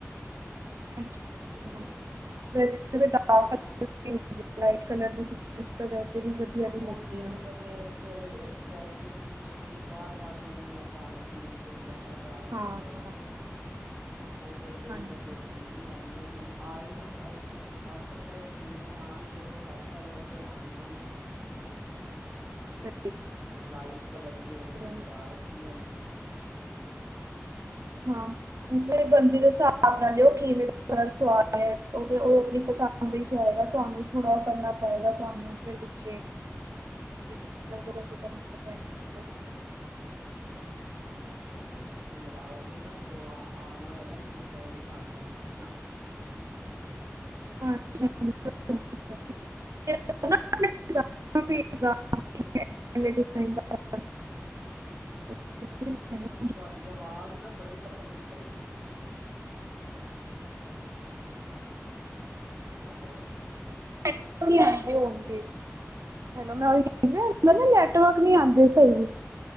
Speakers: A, on the right; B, on the right.
A: <unintelligible>
B: ਤੇ ਹਾਂ ਤੇ
A: ਲਾਈਟ ਕਲਰ ਦਿਸਦਾ ਵੈਸੇ। ਵੀ ਵਧੀਆ
B: ਹਾਂ
A: ਨੀ
B: ਉਹ
A: ਲੱਗਦੀਆਂ।
B: ਦਿਨ ਵੇਲੇ ਫਿਰ ਜੈਸੇ ਮਸ਼ੀਨ ਬਾਹਰ ਕੱਢ ਲੈਂਦੀ ਹਾਂ ਬਾਲਕਿਨੀ ਜ਼ਿਆਦਾ ਡਾਰਕ
A: ਹਾਂ
B: ਕਲਰ
A: ਹਾਂ
B: ਹੋਵੇ ਨਾ, ਹਾਂ ਉਹ ਫਿਰ ਦਿਨ
A: ਹਾਂਜੀ।
B: ਵੇਲੇ ਸੀ ਵੀ ਲੈਂਨੀ ਹਾਂ ਹੁਣ। ਆ ਏ ਹਫਤਾ ਆਈ ਕੱਪੜੇ ਸਿਲਣੇ ਆਉਣਗੇ ਤੇ ਹਰ ਕਲਰ ਦੇ ਆਉਣਗੇ ਨਾ।
A: ਸਹੀ ਹੈ।
B: ਤੇ ਲਾਈਟ ਕਲਰ ਵੀ ਹੋਣਗੇ,
A: ਹੈ।
B: ਡਾਰਕ ਵੀ ਹੋਣ ਹੂੰ
A: ਹਾਂ ਜਿਹੜੇ ਬੰਦੀ ਦੇ ਹਿਸਾਬ ਨਾਲ ਲੈਂਂਦੈ ਉਹ ਕਿਵੇਂ ਸਵਾਦ ਨੇ ਉਹ ਆਪਣੀ ਪਸੰਦ। ਵਿਚ ਹੋਏਗਾ ਤੁਹਾਨੂੰ ਵੀ ਥੋੜ੍ਹਾ ਉਹ ਕਰਨਾ ਪਏਗਾ ਤੁਹਾਨੂੰ ਫੇਰ ਪਿਛੇ <unintelligible>
B: ਹਾਂ‌‌‌‌‌‌‌, ਤੇ, ਤੁਸੀਂ ਆਓਗੇ ਨਾ ਜਦੋਂ ਆ ਆਣਾ ਹੇਗਾ, ਮੈਨੂੰ ਫੋਨ ਕਰ ਲੈਣਾ ਹੈਨਾ।
A: ਅੱਛਾ, ਜੇ ਤ
B: ਹੂੰ
A: <unintelligible> <unintelligible>
B: ਤੁਹਾਡੀ ਆਵਾਜ਼ ਨਾ ਬੜੀ ਕੱਟਦੀ ਪਈਏ। ਹੈਲੋ
A: ਐਂ ਤੁਸੀ ਆਏ ਦੇ ਹੋਣਗੇ। ਹੈਲੋ ''ਮੈਂ ਉਈ ਕਹਿੰਨੀ ਪਈ ਆ, ਨੈਟਵਰਕ ਨਹੀਂ ਆਂਦੇ ਸਹੀ।